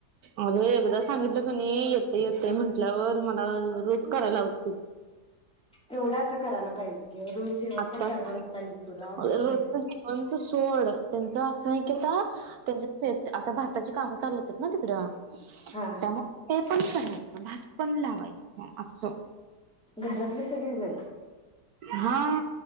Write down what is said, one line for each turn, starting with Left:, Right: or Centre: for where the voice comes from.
Right: अगे एकदा सांगितलं कणी येते येते म्हंटल्यावर मला रोज करायला लावतिल.
Centre: तेवढा आता करायला पाहिजे. ं रोज जेवन
Right: आत्ताच
Centre: तर करायलाच पाहिजे तुला ऑप्शन
Right: रोजच
Centre: आहे का?
Right: जेवणच सोड त्यांच असं नाही की आता त्यांच्या आता भाताची कामं चालू होतात ना तिकड,
Centre: हा
Right: त्यामुळे ते पण करायचं भात पण लावायचं असं,
Centre: घरातले सगळेजण,
Right: हा